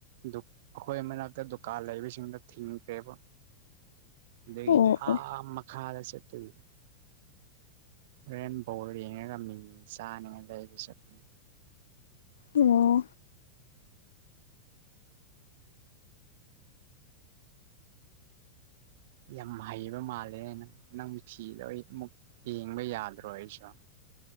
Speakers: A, on the right; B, on the left.
A: ꯗꯨ ꯑꯩꯈꯣꯏ ꯃꯅꯥꯛꯇ ꯗꯨꯀꯥꯟ ꯂꯩꯕꯁꯤꯡꯗꯣ ꯊꯤꯡꯗ꯭ꯔꯦꯕ ꯑꯗꯨꯒꯤ
B: ꯑꯣ ꯑꯣ
A: ꯑꯥ ꯃꯈꯥꯗ ꯆꯠꯇꯣꯏ ꯔꯦꯟꯕꯣꯜ ꯌꯦꯡꯉ ꯉꯝꯃꯤꯉꯤ ꯆꯥꯅꯤꯉ ꯂꯩ ꯁꯅꯤ
B: ꯑꯣ
A: ꯌꯥꯝ ꯍꯩꯕ ꯃꯥꯜꯂꯦ ꯅꯪ ꯅꯪ ꯐꯤꯗꯣ ꯑꯩ ꯑꯃꯨꯛ ꯌꯦꯡꯕ ꯌꯥꯗ꯭ꯔꯣ ꯑꯩꯁꯨ